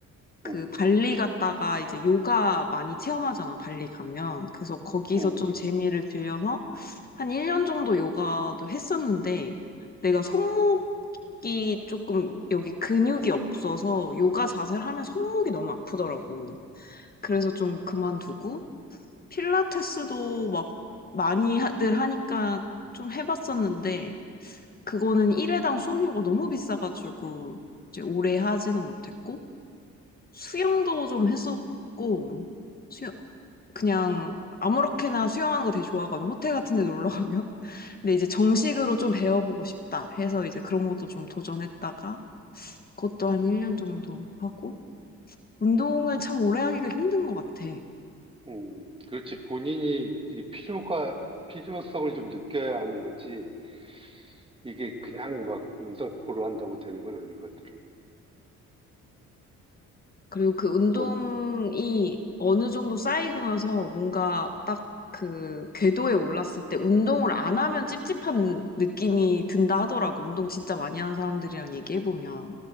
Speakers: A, on the left (about 30°); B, on the right (about 20°).
A: 그
B: 음,
A: 발리 갔다가 이제 요가 많이 체험하잖아, 발리 가면. 그래서 거기서
B: 음.
A: 좀 재미를 들려서 한 1년 정도 요가도 했었는데 내가 손목이 조금 여기 근육이 없어서 요가 자세를 하면 손목이 너무 아프더라고. 그래서 좀 그만두고 필라테스도 막 많이들 하니까 좀 해봤었는데 그거는 1회당 수업료가 너무 비싸가지고 이제 오래 하지는 못했고 수영도 좀 했었고, 수영, 그냥 아무렇게나 수영하는 거 되게 좋아하거든. 호텔 같은 데 놀러 가면. <laughs> 근데 이제 정식으로 좀 배워보고 싶다 해서 이제 그런 것도 좀 도전했다가, 그것도 한 1년 정도 하고, 운동을 참 오래 하기가 힘든 것 같아.
B: 음, 그렇지. 본인이 이 필요가, 필요성을 좀 느껴야 하는 거지. 이게 그냥 막 문서포로 한다고 되는 건 아닌 것들은.
A: 그리고 그 운동이
B: 어,
A: 어느 정도 쌓이고 나서 뭔가 딱 그 궤도에 올랐을 때 운동을 안 하면 찝찝한 느낌이 든다 하더라고. 운동 진짜 많이 하는 사람들이랑 얘기해보면.